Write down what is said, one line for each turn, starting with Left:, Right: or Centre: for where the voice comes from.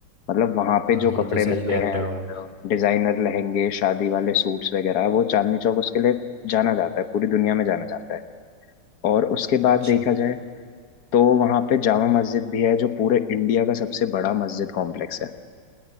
Left: मतलब वहाँ पे
Right: हाँ
Left: जो
Right: ये
Left: कपड़े
Right: तो सही
Left: ये तो मिलते
Right: कह रहे
Left: हैं
Right: हो आप
Left: डिजाइनर लहंगे शादी वाले सूट्स वगैरह वो चांदनी चौक उसके लिए जाना जाता है पूरी दुनिया में जाना जाता है और उसके
Right: अच्छा
Left: बाद देखा जाए तो वहाँ पे जामा मस्जिद भी है जो पूरे इंडिया का सबसे बड़ा मस्जिद कॉम्प्लेक्स है